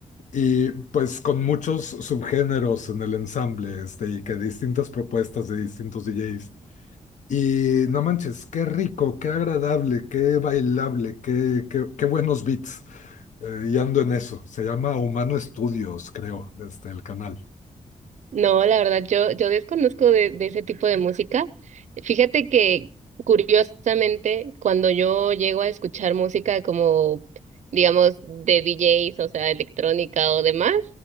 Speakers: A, on the left; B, on the right.
A: y pues con muchos subgéneros en el ensamble, este, y que distintas propuestas de distintos DJs. Y no manches, qué rico, qué agradable, qué bailable, qué, qué, qué buenos beats. Eh, y ando en eso. Se llama Humano Estudios, creo, este, el canal.
B: No, la verdad, yo, yo desconozco de, de ese tipo de música. Fíjate que, curiosamente, cuando yo llego a escuchar música como, digamos, de DJs, o sea, electrónica o demás,